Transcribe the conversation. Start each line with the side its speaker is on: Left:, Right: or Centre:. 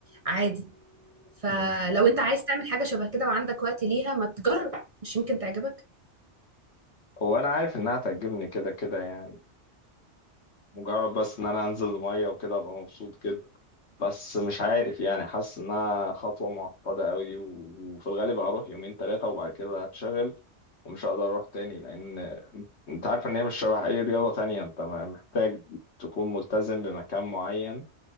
Right: عادي فلو
Left: مم.
Right: انت عايز تعمل حاجة شبه كده وعندك وقت ليها ما تجرب مش يمكن تعجبك
Left: وانا عارف انها تعجبني كده كده يعني مجرد بس ان انا انزل الميه وكده ابقى مبسوط كده بس مش عارف يعني حاسس انها خطوه معقده قوي و- وفي الغالب هروح يومين ثلاثه وبعد كده هتشغل ومش هقدر اروح تاني لان انت عارف ان هي مش شبه اي رياضه تانية انت م- محتاج تكون ملتزم بمكان معين